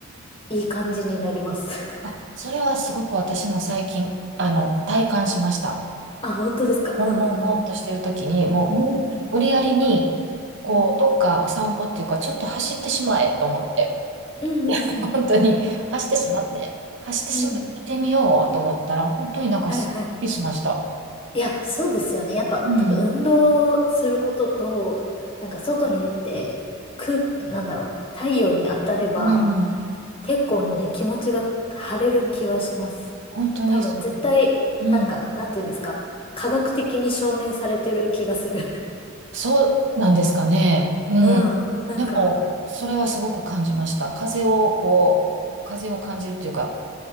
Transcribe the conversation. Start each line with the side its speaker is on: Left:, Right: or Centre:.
Left: いい感じになります。<laughs>
Right: あ、それはすごく私も最近、あの、体感しました。
Left: あ、本当ですか。
Right: もんもんもんとしてる時に、
Left: うんうんうん。
Right: もう、無無理やりに、
Left: うん。
Right: こう、
Left: うん。
Right: どっか散歩っていうか、ちょっと走ってしまえと思って、
Left: うんうんうん。
Right: <laughs> 本当に走ってしまって、走ってしまって見てみようと思ったら、
Left: うん。
Right: 本当になんかすっきりしました。
Left: はいはい。いや、そうですよね。やっぱ多分運動することと、
Right: うん。
Left: なんか外に出て、空、なんだろう、太陽に当たれば、
Right: うん。
Left: 結構ね、気持ちが晴れる気はします。
Right: 本当に、
Left: 多分絶対、
Right: うん。
Left: なんか、なんていうんですか。科学的に証明されてる気がする。<laughs>
Right: そうなんですかね。うん。
Left: うん。なんか、
Right: でも、それはすごく感じました。風を、こう、風を感じるっていうか、